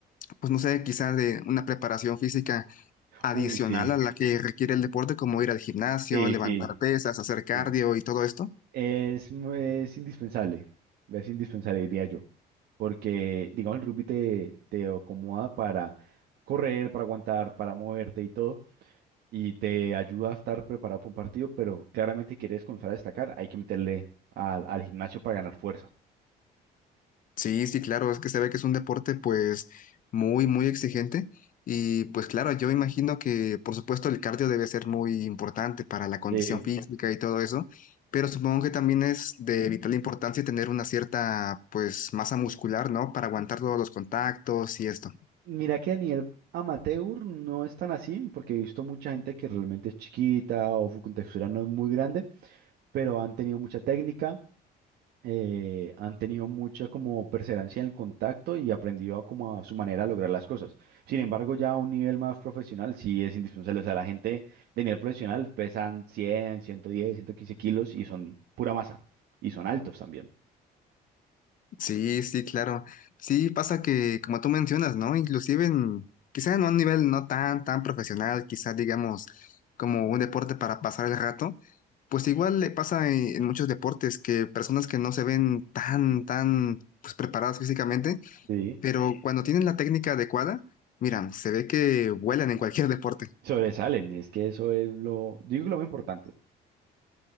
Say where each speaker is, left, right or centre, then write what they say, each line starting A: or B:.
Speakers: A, on the left; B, on the right.
A: pues no sé, quizás de una preparación física adicional
B: Uy, sí,
A: a la que requiere el deporte, como ir al gimnasio,
B: sí,
A: levantar
B: sí,
A: pesas, hacer cardio
B: sí,
A: y todo esto?
B: Es, mu- es indispensable, es indispensable, diría yo, porque, digamos, el rugby te, te acomoda para correr, para aguantar, para moverte y todo, y te ayuda a estar preparado para un partido, pero claramente quieres comenzar a destacar, hay que meterle al, al gimnasio para ganar fuerza.
A: Sí, sí, claro, es que se ve que es un deporte pues muy, muy exigente y pues claro, yo imagino que por supuesto el cardio debe ser muy importante para la condición
B: Sí.
A: física y todo eso, pero supongo que también es de vital importancia tener una cierta pues masa muscular, ¿no? Para aguantar todos los contactos y esto.
B: Mira que a nivel amateur no es tan así, porque he visto mucha gente que realmente es chiquita o su contextura no es muy grande, pero han tenido mucha técnica eh, han tenido mucha como perseverancia en el contacto y aprendido como a su manera a lograr las cosas. Sin embargo, ya a un nivel más profesional sí es indispensable. O sea, la gente de nivel profesional pesan cien ciento diez ciento quince kilos y son pura masa. Y son altos también.
A: Sí, sí, claro. Sí, pasa que como tú mencionas, ¿no? Inclusive en, quizá en un nivel no tan, tan profesional, quizá digamos como un deporte para pasar el rato. Pues igual le pasa en, en muchos deportes que personas que no se ven tan, tan pues, preparadas físicamente,
B: Sí.
A: pero cuando tienen la técnica adecuada, mira, se ve que vuelan en cualquier <laughs> deporte.
B: Sobresalen. y Es que eso es lo, digo que lo más importante.